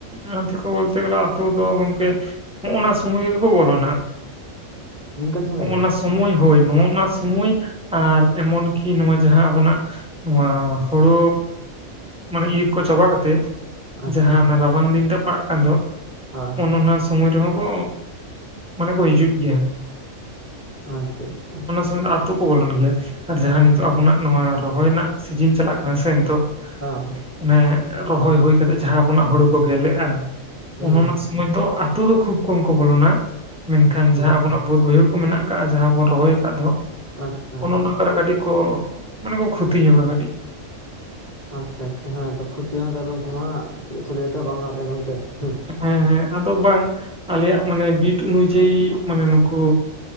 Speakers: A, in the centre; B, on the right (about 30°).
A: ᱦᱟᱛᱤ ᱠᱚ ᱵᱚᱞᱛᱮ ᱜᱮᱞᱮ ᱟᱛᱳ ᱫᱚ ᱜᱚᱝᱠᱮ ᱚᱱᱟ ᱥᱩᱢᱚᱭ ᱜᱮᱠᱚ ᱵᱚᱞᱚᱱᱟ
B: ᱱᱤᱝᱠᱟᱱ ᱥᱚᱢᱚᱭ
A: ᱚᱱᱟ
B: ᱜᱮ
A: ᱥᱚᱢᱚᱭ ᱦᱳᱭ ᱱᱚᱜᱼᱚ ᱱᱚᱣᱟ ᱥᱚᱢᱚᱭ ᱟᱨ ᱮᱢᱚᱱ ᱠᱤ ᱱᱚᱣᱟ ᱡᱟᱦᱟᱸ ᱟᱵᱚᱱᱟᱜ ᱱᱚᱣᱟ ᱦᱳᱲᱳ ᱢᱟᱱᱮ ᱤᱨ ᱠᱚ ᱪᱟᱵᱟ ᱠᱟᱛᱮᱜ
B: ᱟᱪᱪᱷᱟ
A: ᱡᱟᱦᱟᱸ ᱨᱟᱵᱟᱝ ᱫᱤᱱ ᱴᱟᱜ ᱯᱟᱲᱟᱜ ᱠᱟᱱ ᱫᱚ
B: ᱦᱚᱸ
A: ᱚᱱ ᱚᱱᱟ ᱥᱚᱢᱚᱭ ᱨᱮᱦᱚᱸ ᱠᱚ ᱢᱟᱱᱮ ᱠᱚ ᱦᱤᱡᱩᱜ ᱜᱮᱭᱟ
B: ᱟᱪᱪᱷᱟ ᱟᱪᱪᱷᱟ
A: <unintelligible> ᱟᱛᱳ ᱠᱚ ᱵᱚᱞᱚᱱ ᱜᱮᱭᱟ ᱟᱨ ᱡᱟᱦᱟᱸ ᱱᱤᱛᱚᱜ ᱟᱵᱚᱱᱟᱜ ᱱᱚᱣᱟ ᱨᱚᱦᱚᱭ ᱨᱮᱱᱟᱜ ᱥᱤᱡᱤᱱ ᱪᱟᱞᱟᱜ ᱠᱟᱱᱟ ᱥᱮ ᱱᱤᱛᱚᱜ
B: <unintelligible>
A: ᱚᱱᱮ ᱨᱚᱦᱚᱭ ᱦᱩᱭ ᱠᱟᱛᱮᱜ ᱡᱟᱦᱟᱸ ᱦᱩᱲᱩ ᱠᱚ ᱜᱮᱞᱮᱜᱼᱟ
B: ᱦᱚᱸ
A: ᱚᱱᱮ ᱚᱱᱟ ᱥᱩᱢᱚᱭ ᱫᱚ ᱟᱸᱼᱼ ᱛᱳ ᱫᱚ ᱠᱷᱩᱵ ᱠᱚᱢ ᱠᱚ ᱵᱚᱞᱚᱱᱟ ᱢᱮᱱᱠᱷᱟᱱ
B: ᱦᱩᱸ ᱦᱩᱸ ᱦᱩᱸ
A: ᱡᱟᱦᱟᱸ ᱟᱵᱚᱱᱟᱜ ᱵᱟᱹᱫ ᱵᱟᱹᱭᱦᱟᱹᱲ ᱠᱚ ᱢᱮᱱᱟᱜ ᱟᱠᱟᱫ ᱡᱟᱦᱟᱸ ᱵᱚᱱ ᱨᱚᱦᱚᱭ ᱟᱠᱟᱫ ᱫᱚ,
B: ᱟᱪᱪᱷᱟ
A: ᱚᱱ ᱚᱱᱟ ᱠᱚᱨᱮᱜ ᱠᱟᱹᱴᱤᱡ ᱠᱚ ᱢᱟᱱᱮ ᱠᱚ ᱠᱷᱚᱛᱤ ᱧᱚᱜᱟ ᱠᱟᱹᱴᱤᱡ
B: ᱟᱪᱪᱷᱟ ᱟᱪᱪᱷᱟ ᱦᱮᱸ ᱛᱚ ᱠᱷᱚᱛᱤ ᱩᱱᱠᱩ ᱢᱟ ᱪᱮᱫᱛᱚᱦᱚ ᱞᱟᱹᱭ ᱢᱟ ᱵᱟᱝ ᱜᱟᱱᱚᱜᱼᱟ ᱜᱚᱝᱠᱮ ᱦᱮᱸ
A: ᱦᱮᱸ ᱦᱮᱸ ᱟᱫᱚ ᱵᱟᱝ ᱟᱞᱮᱭᱟᱜ ᱢᱟᱱᱮ ᱵᱤᱴ ᱚᱱᱩᱡᱟᱹᱭᱤ ᱢᱟᱱᱮ ᱱᱩᱠᱩ,